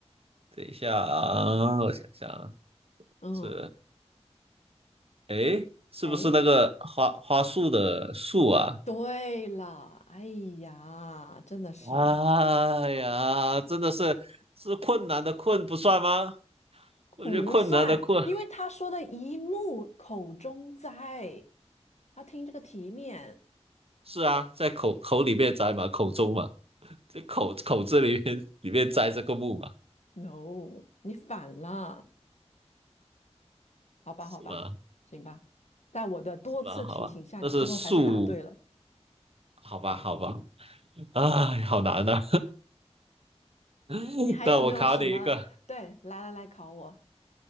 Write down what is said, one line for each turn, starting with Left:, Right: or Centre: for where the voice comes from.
Right: 等一下啊，我想想啊，
Left: 嗯，
Right: 这诶，是不是那个花花树的树啊？
Left: 哎，对了，哎呀，真的是
Right: 哎呀，真的是是困难的困不算吗？我觉得困难的困
Left: 不算，因为他说的一木口中栽，要听这个题面。
Right: 是啊，在口口里面摘嘛，口中嘛，这口口字里面里面摘这个木嘛，
Left: No，你反了，好吧，
Right: 是吧？
Left: 好吧，行吧，在我的多次提醒下，
Right: 是吧？好吧，那是树，
Left: 你最后还是答对了。
Right: 好吧，好吧，哎，好难呐、<laughs>
Left: 你还有没有什么？
Right: 那我考你一个，
Left: 对，来来来，考我，